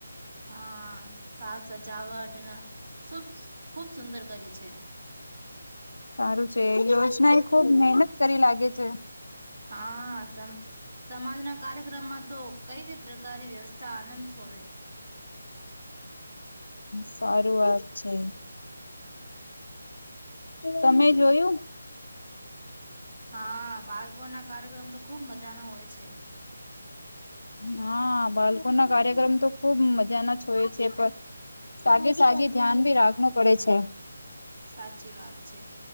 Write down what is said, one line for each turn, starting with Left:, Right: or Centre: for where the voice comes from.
Right: હા સા સજાવટને શુ ખૂબ સુંદર કરી છે
Left: સારું છે યોજના એ ખુબ મહેહનત કરી લાગે છે
Right: હા સમાજના કાર્યક્રમમાં તો કઈ કઈ પ્રકારની વ્યવસ્થા આનંદ હોવે
Left: સારું વાત છે તમે જોયું
Right: હા બાળકો ના કાર્યક્રમ તો ખુબ મજાનો હોય છે
Left: હા બાળકો ના કાર્યક્રમ તો ખુબ મજા ના જ હોય છે પણ સાગે સાગે ધ્યાન રાખવું પડે છે
Right: સાચી વાત છે